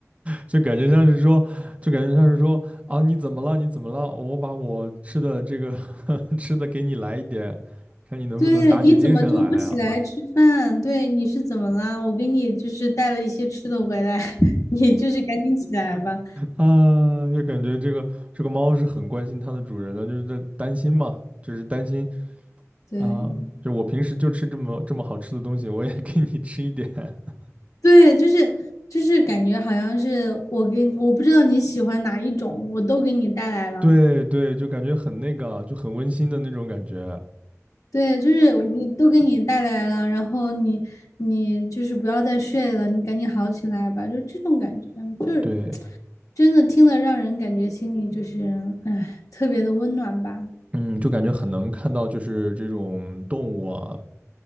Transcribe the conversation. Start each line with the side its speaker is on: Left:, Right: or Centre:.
Right: 就感觉像是说，就感觉像是说啊，你怎么了？你怎么了？我把我吃的这个 <laughs> 吃的给你来一点，看你能不能打起精神来啊！
Left: 对，你怎么就不起来吃饭？对，你是怎么啦？我给你就是带了一些吃的回来，<laughs> 你就是赶紧起来吧。
Right: 啊，就感觉这个这个猫是很关心它的主人的，就是在担心嘛，就是担心
Left: 对，
Right: 啊，就我平时就吃这么这么好吃的东西，我也给你吃一点。<laughs>
Left: 对，就是就是感觉好像是我给我不知道你喜欢哪一种，我都给你带来了。
Right: 对对，就感觉很那个，就很温馨的那种感觉。
Left: 对，就是我给都给你带来了，然后你你就是不要再睡了，你赶紧好起来吧，就这种感觉，就是
Right: 对，
Left: 真的听了让人感觉心里就是哎特别的温暖吧。
Right: 嗯，就感觉很能看到就是这种动物啊